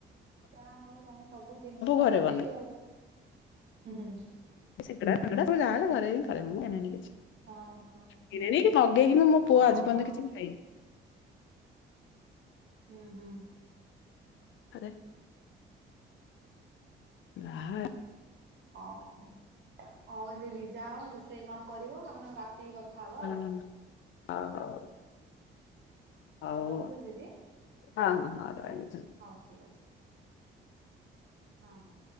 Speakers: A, on the right; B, on the left.
A: ଯାହା ହଉ ତମ ସବୁ ଜିନିଷ ଆସୁଚି
B: ଘରେ ବନାଏ।
A: ଆଉ ହୁଁ।
B: ସିଙ୍ଗଡ଼ା ଫିଙ୍ଗଡ଼ା ଯାହା ହେଲେ ଘରେ ହିଁ ମୁଁ କରେ କିଣେନି କିଛି।
A: ହଁ ହଁ
B: କିଣେନି କି ମଗେଇକି ମୋ ପୁଅ
A: ଓହୋ
B: ଆଜି ପର୍ଯ୍ୟନ୍ତ କିଛି ଖାଇନି।
A: ହୁଁ ହୁଁ।
B: ଆରେ ହା
A: ହଉ ହଉ ଦିଦି ଯାଅ ରୋଷେଇ କଣ କରିବ ଆମେ ରାତିକି କଥା ହବା।
B: ହଁ
A: ଆଉ।
B: ହଉ ହଉ। ହଉ
A: ରଖୁଛି ଦିଦି
B: ହଁ ହଁ ରହିଲି ଧନ୍ୟ
A: ହଉ ଠିକ୍ ଅଛି। ହଁ ହଁ।